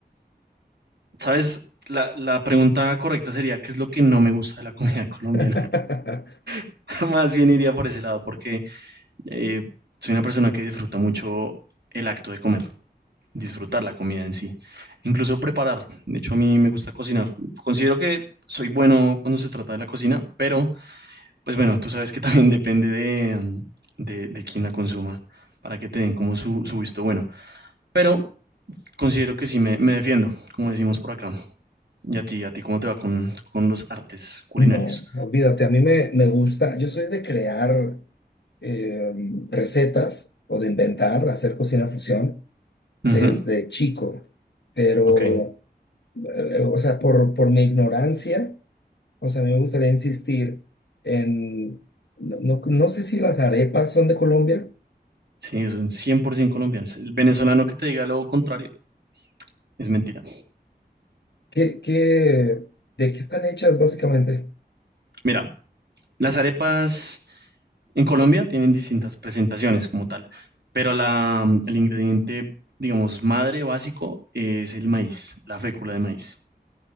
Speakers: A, on the right; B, on the left.
A: ¿Sabes? La, la pregunta correcta sería, ¿qué es lo que no me gusta de la comida colombiana?
B: <laughs>
A: <laughs> Más bien iría por ese lado, porque eh, soy una persona que disfruta mucho el acto de comer, disfrutar la comida en sí, incluso preparar. De hecho, a mí me gusta cocinar. Considero que soy bueno cuando se trata de la cocina, pero pues bueno, tú sabes que también <laughs> depende de, de, de quién la consuma para que te den como su, su visto bueno. Pero considero que sí me, me defiendo, como decimos por acá. ¿Y a ti, a ti cómo te va con, con los artes culinarios?
B: No, olvídate, a mí me, me gusta, yo soy de crear eh, recetas o de inventar, hacer cocina fusión
A: Ujú,
B: desde chico, pero,
A: Ok,
B: eh, o sea, por, por mi ignorancia. O sea, a mí me gustaría insistir en, no, no- no sé si las arepas son de Colombia.
A: sí, es un 100% colombiano. El venezolano que te diga lo contrario es mentira.
B: ¿Qué, qué- de qué están hechas básicamente?
A: Mira, las arepas en Colombia tienen distintas presentaciones como tal, pero la, el ingrediente, digamos, madre básico es el maíz, la fécula de maíz.